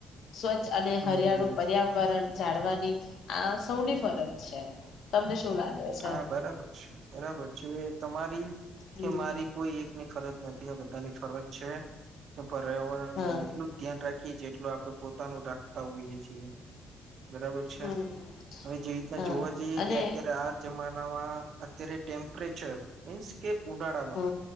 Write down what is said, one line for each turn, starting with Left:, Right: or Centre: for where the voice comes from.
Left: સ્વચ્છ અને
Right: હમ
Left: હરિયાળુ પર્યાવરણ. જાડવાની આ સૌની ફરજ છે તમને. શું લાગે છે
Right: હા બરાબર છે બરાબર છે તમારી.
Left: હમ
Right: કે મારી કોઈ એક. ની ફરજ નથી એ બધાની ફરજ છે. પર્યાવરણનું
Left: હા
Right: એટલું જ ધ્યાન રાખ જેટલું આપડે પોતાનું રાખતા હોઈએ છીએ. બરાબર છે
Left: હમ હમ
Right: હવે જેવી રીતના
Left: હા
Right: જોવા જઈએ
Left: અને
Right: કે અત્યારે આ <unintelligible> અત્યારે ટેમ્પરેચર મીન્સ કે ઉનાળામાં
Left: હ